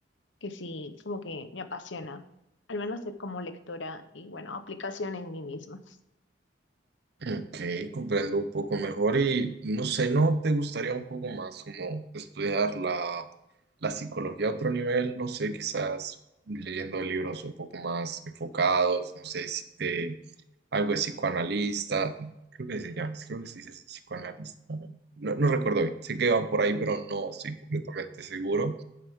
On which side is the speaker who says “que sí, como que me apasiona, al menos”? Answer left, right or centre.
Left